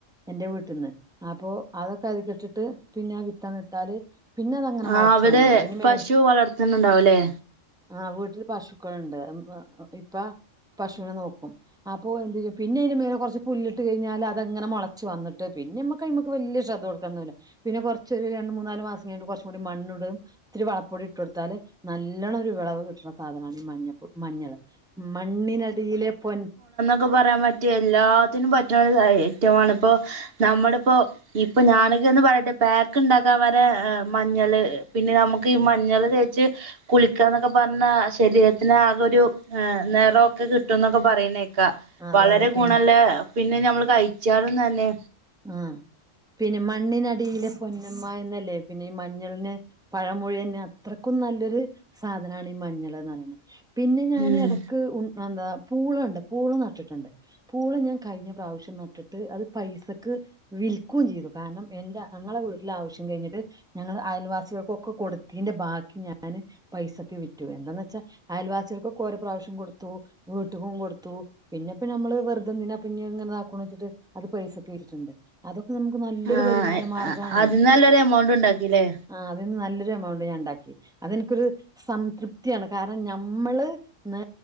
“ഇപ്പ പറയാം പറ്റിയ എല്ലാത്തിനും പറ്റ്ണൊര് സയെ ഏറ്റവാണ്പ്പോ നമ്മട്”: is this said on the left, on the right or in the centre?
Right